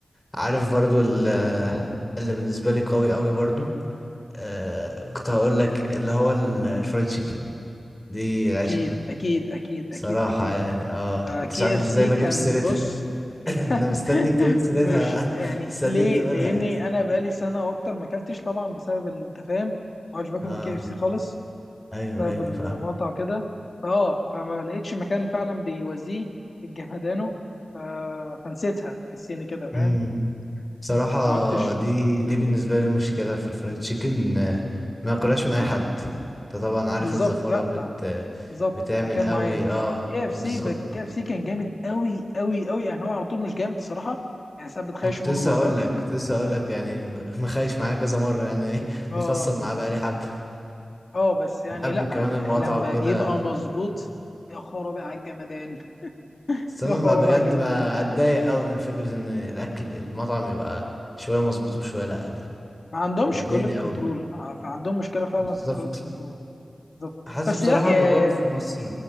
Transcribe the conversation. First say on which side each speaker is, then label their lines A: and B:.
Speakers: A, on the left; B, on the left.
A: عارف برضو ال- اللي بالنسبه لي قوي قوي برضو آه كنت هقول لك اللي هو ال- الفرايد تشيكن دي العيش
B: اكيد اكيد اكيد
A: صراحه
B: اكيد اكيد اكيد
A: يعني اه انت
B: كي
A: مش عارف
B: اف
A: ازاي
B: سي
A: ما
B: كان
A: جبتش سيرتها
B: بص <laughs>
A: <laughs> انا مستنيك تقول سيرتها
B: مش يعني
A: مستنيك
B: ليه
A: تقولها
B: لاني
A: يعني.
B: انا بقالي سنه واكتر ما اكلتش طبعا بسبب ال- انت فاهم ما عادش باكل
A: اه
B: من كي اف سي خالص
A: ايوه
B: بسبب
A: ايوه
B: المقاطعه
A: فاهم
B: وكده فاه فما لقيتش مكان فعلا بيوازيه الجمدانو ف- فنسيتها تحسيني كده فاهم
A: اه صراحة
B: ما عدتش
A: دي
B: باكل
A: دي
B: أوي.
A: بالنسبة لي المشكلة في الفرايد تشيكن آه، ما اكلهاش من اي حد انت طبعا عارف
B: بالظبط
A: الزفارة
B: لا
A: بت
B: بالظبط
A: بتعمل
B: مكان
A: قوي
B: معين
A: اه
B: كي اف سي
A: بالظبط
B: كي اف سي كان جامد قوي قوي قوي يعني هو على طول مش جامد الصراحه يعني ساعات بتخيش
A: ما كنت
B: منه
A: لسه
B: برات
A: هقول لك كنت لسه هقول لك يعني م- مخايش معايا كذا مرة يعني ايه <laughs>
B: اه
A: مخصم معاه بقالي حبة
B: اه بس يعني
A: من قبل
B: لا
A: كمان المقاطعة
B: لما
A: وكده
B: بيبقى مظبوط يا خرابي على الجمدان
A: بس انا
B: يا خرابي
A: ما- بجد
B: على الجمدان
A: ما اتضايق قوي من فكرة ان الاكل المطعم يبقى شوية مظبوط وشوية لأ دي
B: ما عندهمش
A: بتضايقني
B: كواليتي كنترول
A: قوي
B: فعندهم مشكله فعلا
A: بالظبط
B: في الكواليتي كنترول بالظبط
A: حاسس
B: بس
A: بصراحة
B: لا يا-
A: الموضوع في مصر